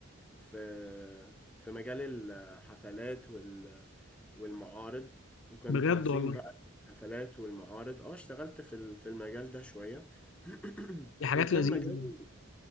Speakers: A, in the centre; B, on the left.
A: في في مجال الحفلات وال... والمعارض وكان
B: بجد
A: تنظيم
B: والله
A: بقى الحفلات والمعارض اه اشتغلت في ال- في المجال ده شوية <clears throat>
B: دي حاجات
A: وكان
B: لذيذه
A: مجال